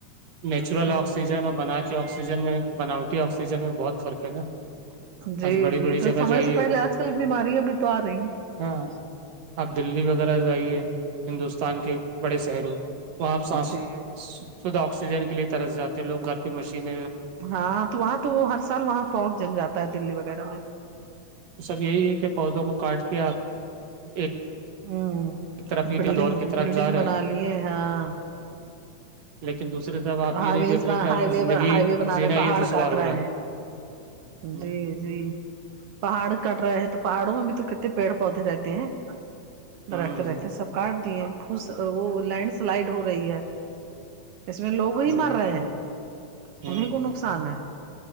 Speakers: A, on the right; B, on the right.
A: نیچرل
B: ہے
A: آکسیجن اور بنا کے آکسیجن میں بناوٹی آکسیجن میں بہت فرق ہے نا
B: جی
A: آج بڑی
B: جی
A: بڑی جگہ
B: تو سمے
A: جائیے
B: سے پہلے آج کل بیماریاں بھی تو آ رہی ہیں
A: ہاں آپ دلی وغیرہ جائیے ہندوستان کے بڑے شہروں وہاں
B: ہیں
A: سانس
B: جی
A: شدہ آکسیجن کے لیے ترس جاتے ہیں لوگ گھر پہ مشین
B: ہاں تو وہاں تو ہر سال وہاں فوک جم جاتا ہے دلی وغیرہ میں
A: سب یہی ہے کہ پودوں کو کاٹ کے آپ ایک
B: ہوں
A: طرف یہ
B: بلڈنگ
A: دور کی طرف
B: بلڈنگ
A: جا رہے
B: بنا لیے ہاں
A: لیکن دوسری طرف آپ
B: ہائی
A: یہ نہیں
B: وز
A: دیکھ رہے کہ آپ
B: ہائی
A: کی
B: وے
A: زندگی
B: ہائی وے بنا
A: جینا
B: رہے
A: یہ
B: پہاڑ
A: دشوار
B: کاٹ
A: ہو
B: رہے
A: رہا
B: ہیں
A: ہے
B: جی جی پہاڑ کٹ رہے ہیں تو پہاڑوں میں بھی تو کٹے پیڑ پودے رہتے ہیں
A: ہ
B: درخت رہتے سب کاٹ دیے بھس وہ لینڈ سلائڈ ہو رہی ہے اس لوگ ہی
A: ہ
B: مر رہے ہیں
A: ہ
B: انیں
A: ہ
B: کو نقصان ہے